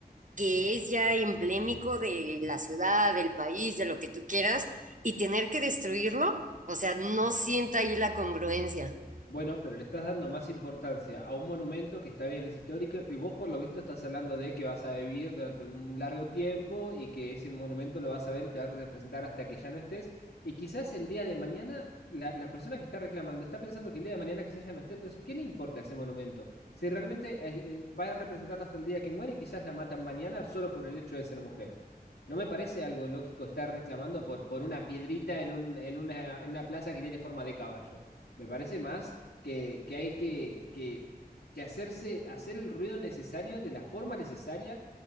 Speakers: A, on the right (about 50°); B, on the left (about 85°).
A: que es ya emblemático de la ciudad, del país, de lo que tú quieras, y tener que destruirlo, o sea, no sienta ahí la congruencia.
B: Bueno, pero le estás dando más importancia a un monumento que está bien, es histórico, y vos por lo visto estás hablando de que vas a vivir durante un largo tiempo y que ese monumento lo vas a ver y te va a representar hasta que ya no estés. Y quizás el día de mañana la, la persona que está reclamando está pensando que el día de mañana quizás ya no esté, entonces, ¿qué le importa ese monumento? Si realmente eh, eh, va a representarla hasta el día que muere, y quizás la matan mañana solo por el hecho de ser mujer. No me parece algo lógico estar reclamando por, por una piedrita en un- en una, en una plaza que tiene forma de caballo. Me parece más que, que hay que, que, que hacerse, hacer el ruido necesario de la forma necesaria.